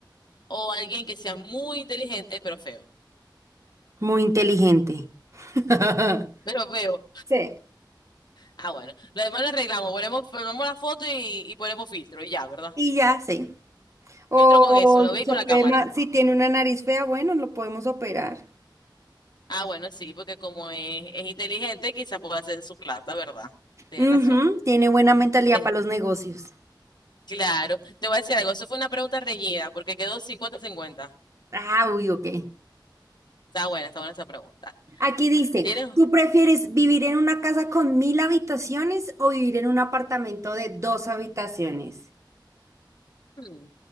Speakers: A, on the left; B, on the right.
A: ¿O alguien que sea muy inteligente, pero feo? <laughs>
B: Muy inteligente. <laughs>
A: Pero feo.
B: Sí.
A: Ah, bueno. Lo demás lo arreglamos. Ponemos, ponemos la foto y, y ponemos filtro y ya, ¿verdad?
B: Y ya, sí. O
A: Filtro con eso, lo veis
B: se
A: con
B: puede
A: la cámara.
B: ma- si tiene una nariz fea, bueno, lo podemos operar.
A: Ah, bueno, sí, porque como es, es inteligente, quizás pueda hacer su plata, ¿verdad? Tienes
B: Ujú,
A: razón.
B: tiene buena mentalidad
A: Eh,
B: para los negocios.
A: claro, te voy a decir algo, eso fue una pregunta reñida, porque quedó cincuenta-cincuenta.
B: Ah, uy, ok.
A: Está buena, está buena esa pregunta.
B: Aquí dice,
A: Tienes...
B: ¿tú prefieres vivir en una casa con mil habitaciones o vivir en un apartamento de dos habitaciones?
A: hmm,